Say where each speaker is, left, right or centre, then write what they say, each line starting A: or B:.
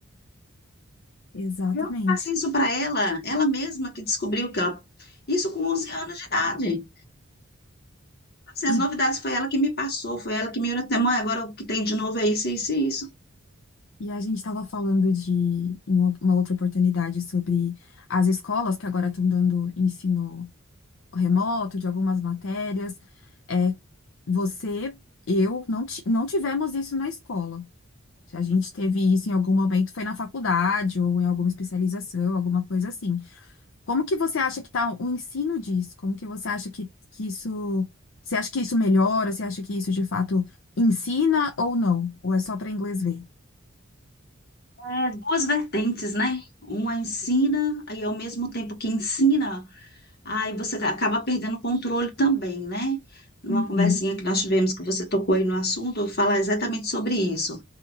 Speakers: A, on the left; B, on the left.
A: exatamente.
B: Eu não passei isso para ela, ela mesma que descobriu que ela. Isso com 11 anos de idade. Assim, as
A: E,
B: novidades foi ela que me passou, foi ela que me olhou até Mãe, agora o que tem de novo é isso, isso e isso.
A: e a gente estava falando de, em ou- uma outra oportunidade, sobre as escolas que agora estão dando ensino remoto de algumas matérias. É, você, eu, não, ti- não tivemos isso na escola. A gente teve isso em algum momento, foi na faculdade ou em alguma especialização, alguma coisa assim. Como que você acha que está o ensino disso? Como que você acha que, que isso. Você acha que isso melhora? Você acha que isso de fato ensina ou não? Ou é só para inglês ver?
B: É, duas vertentes, né? Uma ensina, e ao mesmo tempo que ensina, aí você acaba perdendo o controle também, né? Numa
A: Uhum,
B: conversinha que nós tivemos, que você tocou aí no assunto, eu falo exatamente sobre isso.